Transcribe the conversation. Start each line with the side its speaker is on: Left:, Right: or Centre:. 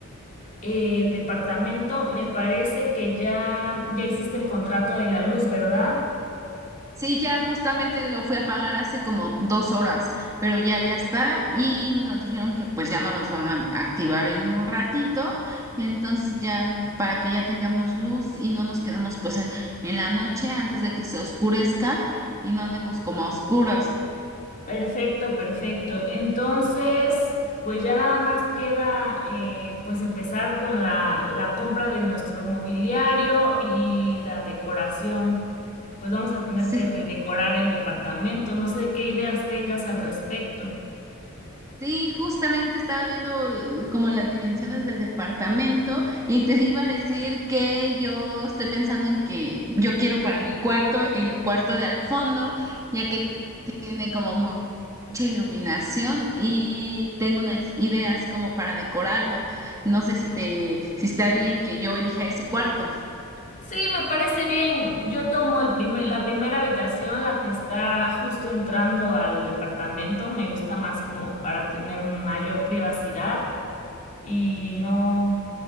Left: el departamento. Me parece que ya, ya hiciste el contrato de la luz, ¿verdad?
Right: Sí, ya justamente lo fui a pagar hace como dos horas, pero ya, ya está. Y nos dijeron que pues ya no los van a activar en un ratito. Entonces ya para que ya tengamos luz y no nos quedemos pues en, en la noche antes de que se oscurezca y no andemos como a oscuras.
Left: Perfecto, perfecto. Entonces, pues ya nada más queda eh, pues empezar con la, la compra de nuestro mobiliario y la decoración. Pues vamos a tener
Right: Sí,
Left: que redecorar el departamento. No sé qué ideas tengas al respecto.
Right: Sí, justamente estaba viendo l- como las dimensiones del departamento y te iba a decir que yo estoy pensando en que yo quiero para mi cuarto el cuarto de al fondo, ya que tiene como mu- mucha iluminación y tengo unas ideas como para decorarlo. No sé si te, si está bien que yo elija ese cuarto.
Left: Sí, me parece bien. Yo tomo el primer, la primera habitación, la que está justo entrando al departamento. Me gusta más como para tener mayor privacidad. y no,